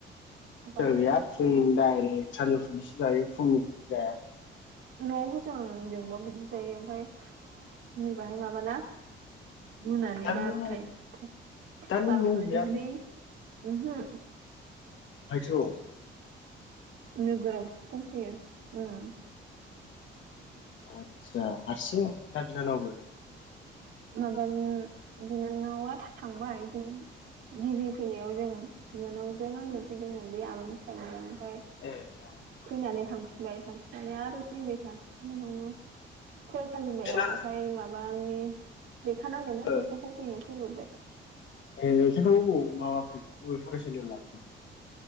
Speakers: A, on the right (about 80°); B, on the left (about 70°).
A: बाहाय
B: गैया फुंनि दाइरेक सानजुफुैसो जायो फुंनिनो जाया
A: न'आव होजों आजोंबा बिदि जायो ओमफ्राय नैबाहाय माबाना मोनानि
B: दा
A: बार'था
B: नों
A: एकथा
B: दा नों
A: बार'था
B: न'आव गैया आरो
A: जिनै ओहो
B: फायस
A: नोगोराव सो दंफैयो उम
B: आतसा हारसिं दा बिनानावबो
A: माबा बिनानावा थांबाय जों गिबि फैनायाव जों बिनानावजों आंजों फैदोंमोन बे आबादनि फिसाजोजों ओमफ्राय
B: एह
A: नानै थांफिनबाय थांफिननानै आरो नैबे सासेनि न'आव फरायसालिमायाव
B: बिना
A: हाय माबा आंनि नेखानांगौनो
B: ओ
A: बिखौ होफैयो फोजोबबाय
B: ए नोंथांआ अबाव माबाखो अबे फरायसालियाव लाखो